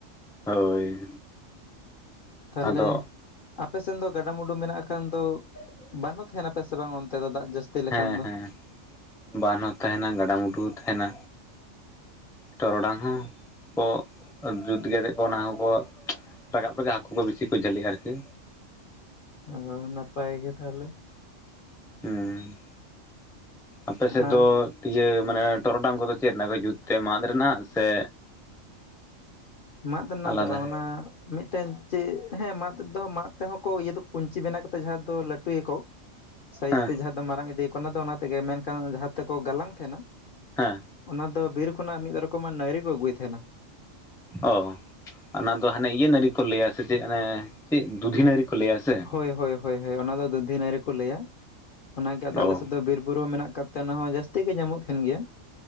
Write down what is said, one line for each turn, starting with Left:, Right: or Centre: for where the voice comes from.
Centre: ᱦᱳᱭ
Left: ᱛᱟᱦᱚᱞᱮ
Centre: ᱟᱫᱚ
Left: ᱟᱯᱮᱥᱮᱱ ᱫᱚ ᱜᱟᱰᱟ ᱢᱩᱰᱩ ᱢᱮᱱᱟᱜ ᱠᱷᱟᱱ ᱫᱚ ᱵᱟᱹᱱᱩᱜ ᱛᱟᱦᱮᱱᱟ ᱟᱯᱮ ᱥᱮ ᱵᱟᱝ ᱚᱱᱛᱮ ᱫᱚ ᱫᱟᱜ ᱡᱟᱹᱥᱛᱤ ᱞᱮᱠᱷᱟᱱ
Centre: ᱦᱮᱸ
Left: ᱫᱚ?
Centre: ᱦᱮᱸ ᱵᱟᱱ ᱦᱚᱸ ᱛᱟᱦᱮᱱᱟ ᱜᱟᱰᱟ ᱢᱩᱰᱩ ᱦᱚᱸ ᱛᱟᱦᱮᱱᱟ ᱴᱚᱨᱚᱰᱟᱝ ᱦᱚᱸ ᱠᱚ ᱡᱩᱛ ᱜᱮᱫᱮᱫ ᱠᱚ ᱚᱱᱟ ᱦᱚᱸᱠᱚ ᱨᱟᱠᱟᱵ ᱠᱚ ᱦᱟᱹᱠᱳ ᱠᱚ ᱵᱤᱥᱤ ᱠᱚ ᱡᱷᱟᱹᱞᱤᱜᱼᱟ ᱟᱨᱠᱤ
Left: ᱚ ᱱᱟᱯᱟᱭ ᱜᱮ ᱛᱟᱦᱚᱞᱮ
Centre: ᱦᱩᱸ ᱟᱯᱮᱥᱮᱫ
Left: ᱟᱨ
Centre: ᱫᱚ ᱤᱭᱟᱹ ᱢᱟᱱᱮ ᱴᱚᱨᱚᱴᱟᱝ ᱠᱚᱫᱚ ᱪᱮᱫ ᱨᱮᱱᱟᱜ ᱠᱚ ᱡᱩᱛ ᱛᱮ ᱢᱟᱫ ᱨᱮᱱᱟᱜ ᱥᱮ
Left: ᱢᱟᱫ ᱨᱮᱱᱟᱜ
Centre: ᱟᱞᱟᱫᱟ
Left: ᱫᱚ ᱵᱟᱝ ᱚᱱᱟ ᱢᱤᱫᱴᱮᱱ ᱪᱮᱫ ᱦᱮᱸ ᱢᱟᱫ ᱫᱚ ᱢᱟᱫ ᱛᱮᱦᱚ ᱠᱚ ᱤᱭᱟᱹ ᱫᱚ ᱠᱩᱧᱪᱤ ᱵᱮᱱᱟᱣ ᱠᱟᱛᱮ ᱡᱟᱦᱟᱸ ᱫᱚ ᱞᱟᱹᱴᱩᱭᱟᱠᱚ ᱥᱟᱭᱤᱡ
Centre: ᱦᱮᱸ
Left: ᱛᱮ ᱡᱟᱦᱟᱸ ᱢᱟᱨᱟᱝ ᱤᱫᱤ ᱭᱟᱠᱚ ᱚᱱᱟ ᱫᱚ ᱛᱮᱜᱮ ᱢᱮᱱᱠᱷᱟᱱ ᱡᱟᱦᱟᱸ ᱛᱮᱠᱚ ᱜᱟᱞᱟᱝ ᱛᱟᱦᱮᱱᱟ
Centre: ᱦᱮ
Left: ᱚᱱᱟ ᱫᱚ ᱵᱤᱨ ᱠᱷᱚᱱᱟᱜ ᱢᱤᱫ ᱨᱚᱠᱚᱢᱟᱜ ᱱᱟᱹᱨᱤ ᱠᱚ ᱟᱹᱜᱩᱭ ᱛᱟᱦᱮᱱᱟ
Centre: ᱚ ᱚᱱᱟ ᱫᱚ ᱦᱟᱱᱮ ᱤᱭᱟᱹ ᱱᱟᱹᱨᱤ ᱠᱚ ᱞᱟᱹᱭᱟ ᱥᱮ ᱪᱮᱫ ᱦᱚᱱᱮ ᱪᱮᱫ ᱫᱩᱫᱷᱤ ᱱᱟᱹᱲᱤ ᱠᱚ ᱞᱟᱹᱭᱟ ᱥᱮ
Left: ᱦᱳᱭ ᱦᱳᱭ ᱦᱳᱭ ᱦᱚᱭ ᱚᱱᱟ ᱫᱚ ᱫᱩᱫᱷᱤᱱᱟᱹᱨᱤ ᱠᱚ ᱞᱟᱹᱭᱟ ᱚᱱᱟᱜᱮ ᱟᱫᱚ
Centre: ᱚ
Left: ᱟᱞᱮᱥᱮᱫ
Centre: ᱚ
Left: ᱫᱚ ᱵᱤᱨ ᱵᱩᱨᱩ ᱢᱮᱱᱟᱜ ᱟᱠᱟᱫ ᱚᱱᱟ ᱦᱚᱸ ᱡᱟᱹᱥᱛᱤ ᱜᱮ ᱧᱟᱢᱚᱜ ᱛᱟᱦᱮᱱ ᱜᱮᱭᱟ